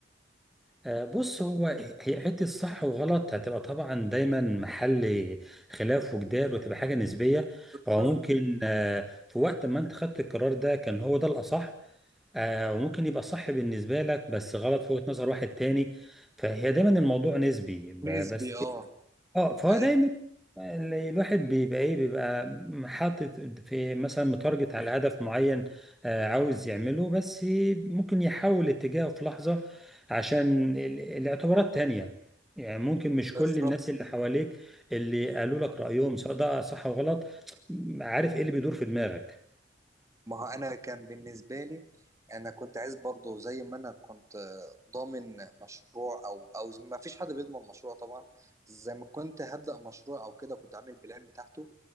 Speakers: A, in the centre; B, on the right.
A: آه، بص هو هي حتة صح وغلط هتبقى طبعا دايما محل خلاف وجدال وتبقى حاجة نسبية
B: بالظبط.
A: هو ممكن آه، في وقت ما انت خدت القرار ده كان هو ده الأصح آه وممكن يبقى صح بالنسبة لك بس غلط في وجهة نظر واحد تاني فهي دايما الموضوع نسبي ب-
B: نسبي
A: بس
B: اه
A: اه فهو
B: آه،
A: دايما ال- الواحد بيبقى ايه بيبقى حاطط في مثلا متارجت على هدف معين آه عاوز يعمله بس ممكن يحول اتجاهه في لحظة عشان ال- الاعتبارات تانية يعني ممكن مش كل
B: بالظبط
A: الناس اللي حواليك اللي قالوا لك رأيهم سواء ده صح وغلط عارف ايه اللي بيدور في دماغك
B: ما هو انا كان بالنسبه لي انا كنت عايز برضه زي ما انا كنت آه، ضامن مشروع او او زي- ما فيش حد بيضمن مشروع طبعا زي ما كنت هبدا مشروع او كده كنت عامل بلان بتاعته